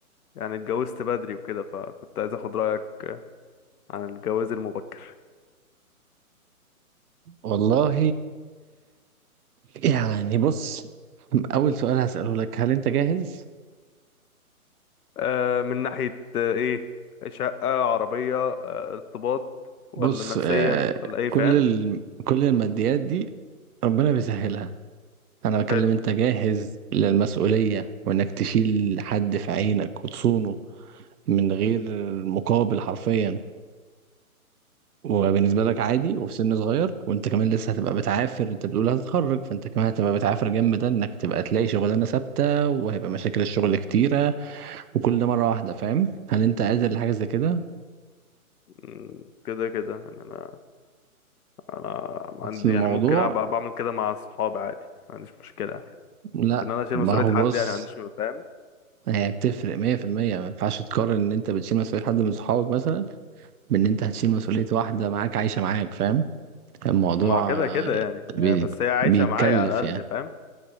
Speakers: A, on the left (about 80°); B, on the right (about 85°).
A: يعني اتجوزت بدري وكده فكنت عايز اخد رايك عن الجواز المبكر
B: والله يعني بص اول سؤال هسأله لك هل انت جاهز
A: آه من ناحيه آه، ايه شقه عربيه آه ارتباط ولا
B: بص
A: نفسيا
B: آه
A: ولا ايه
B: كل
A: فاهم
B: ال... كل الماديات دي ربنا بيسهلها انا بكلم
A: حلو
B: انت جاهز للمسؤولية وانك تشيل حد في عينك وتصونه من غير مقابل حرفيا وبالنسبة لك عادي وفي سن صغير وانت كمان لسه هتبقى بتعافر انت بتقول هتتخرج فانت كمان هتبقى بتعافر جنب ده انك تبقى تلاقي شغلانة ثابتة وهيبقى مشاكل الشغل كتيرة وكل ده مرة واحدة فاهم هل انت قادر لحاجة زي كده
A: مم، كده كده يعني انا
B: اصل
A: عندي
B: الموضوع
A: يعني ممكن أبقى بعمل كده مع اصحابي عادي ما عنديش مشكله
B: لا
A: في ان انا اشيل
B: ما
A: مسؤوليه
B: هو
A: حد
B: بص
A: يعني ما عنديش فاهم
B: هي بتفرق 100% ما ينفعش تقارن ان انت بتشيل مسؤولية حد من صحابك مثلا بان انت هتشيل مسؤولية واحدة معاك عايشة معاك فاهم الموضوع
A: ما هو كده
B: آه،
A: كده يعني
B: بي...
A: بس هي عايشه
B: بيتكلف
A: معايا على الاقل
B: يعني
A: فاهم